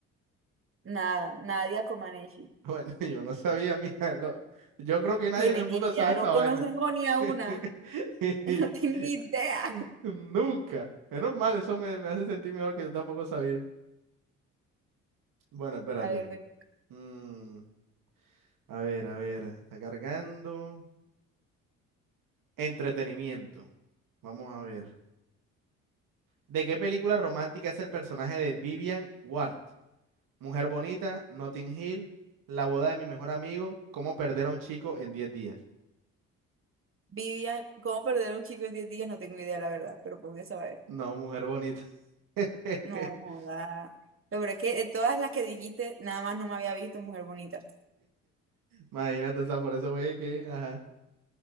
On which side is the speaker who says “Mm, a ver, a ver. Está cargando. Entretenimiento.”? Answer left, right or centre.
Right